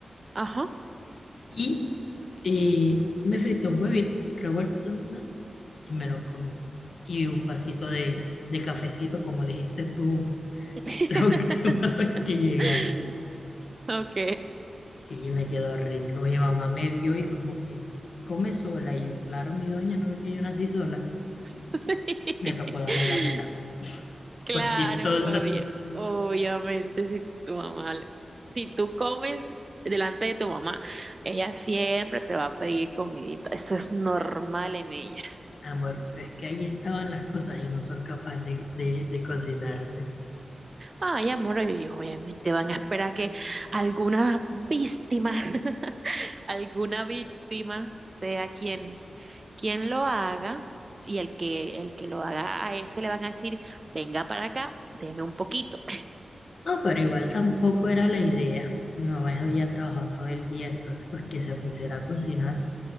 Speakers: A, on the right (about 30°); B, on the left (about 55°).
A: Ajá.
B: y eh, me frité un huevito revuelto tan, tan, tan, y me lo comí. Y un vasito de, de cafecito, como dijiste tú
A: <laughs>
B: <laughs> la última vez que llegaste.
A: Ok.
B: Sí, me quedó rico. Mi mamá me vio y como que come sola. Y yo, claro, mi doña, no ve que yo nací sola.
A: <laughs>
B: Me tocó darle la mitad.
A: Claro,
B: Forquitosa.
A: obvia- obviamente si tu mamá, le- si tú comes delante de tu mamá, ella siempre te va a pedir comidita. Eso es normal en ella.
B: Amor, pero es que ahí estaban las cosas y no son capaces de, de, de cocinarse.
A: Ay, amor, ellos obviamente van a esperar que alguna víctima, <laughs> alguna víctima sea quien, quien lo haga y el que, el que lo haga a ese le van a decir, venga para acá, deme un poquito.
B: No, pero igual tampoco era la idea. Mi mamá ya había trabajado todo el día, entonces pues que se pusiera a cocinar